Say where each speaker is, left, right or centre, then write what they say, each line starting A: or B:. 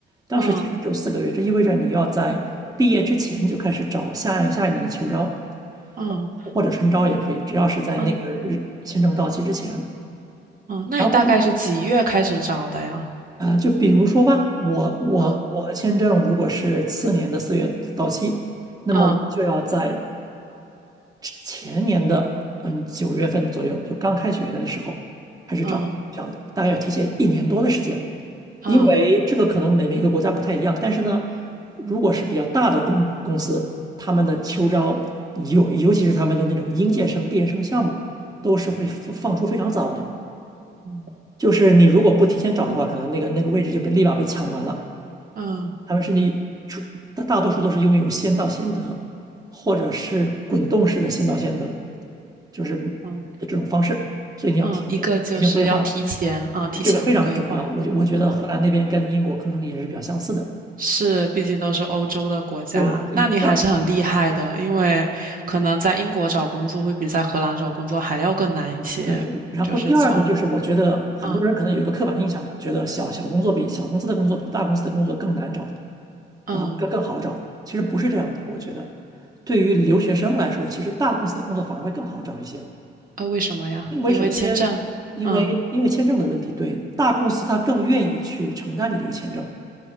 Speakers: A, on the right; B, on the right.
A: 当时签证只有四个月，
B: 嗯
A: 这意味着你要在毕业之前就开始找下一下一年的秋招
B: 嗯
A: 或者春招也可以，
B: 嗯
A: 只要是在那个日签证到期之前。
B: 嗯嗯，那你大概是几月开始找的呀？
A: 然后啊，就比如说吧，我我我的签证如果是次年的四月到期，
B: 嗯
A: 那么我就要在
B: 嗯
A: 前年的嗯九月份左右，就刚开学的那时候开始找这样的，
B: 嗯
A: 大概要提前一年多的时间，因为这个可能每每个国家不太一样，
B: 嗯
A: 但是呢，如果是比较大的公公司，他们的秋招，尤尤其是他们的那种应届生、毕业生项目，都是会放放出非常早的，
B: 嗯
A: 就是你如果不提前找的话，可能那个那个位置就被立马被抢完了。
B: 嗯嗯。
A: 他们甚至出大大多数都是用一种先到先得，或者是滚动式的先到先得，就是
B: 嗯
A: 这种方式。所以你要提前提前规划，
B: 嗯，一个就是要提前啊，提前规划
A: 这个非常重要。我就我觉得荷兰那边跟英国可能也是比较相似的。
B: 啊，是，毕竟都是欧洲的国家，
A: 对，诶第二
B: 那你还是很厉害的，因为可能在英国找工作会比在荷兰找工作还要更难一些，
A: 对，然后第二个就是我觉得很多人可能有一个刻板印象吧，
B: 就是从嗯
A: 觉得小小工作比小公司的工作比大公司的工作更难找
B: 嗯
A: 啊，更更好找。其实不是这样的，我觉得对于留学生来说，其实大公司的工作反而会更好找一些。
B: 啊，为什么呀？
A: 因为首先，
B: 因为签证，
A: 因为因为签证的问题，
B: 嗯
A: 对，大公司它更愿意去承担你这个签证，